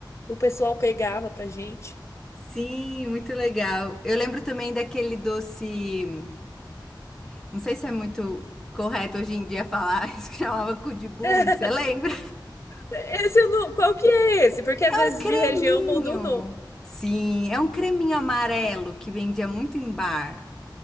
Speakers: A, on the left; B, in the centre.
A: e o pessoal pegava pra gente.
B: Sim, muito legal. Eu lembro também daquele doce. Não sei se é muito correto hoje em dia falar <laughs> isso que chamava cu de burro,
A: <laughs>
B: você lembra?
A: Esse eu não... Qual que é esse? Porque às
B: É
A: vezes
B: um creminho.
A: de região muda o nome.
B: Sim, é um creminho amarelo que vendia muito em bar.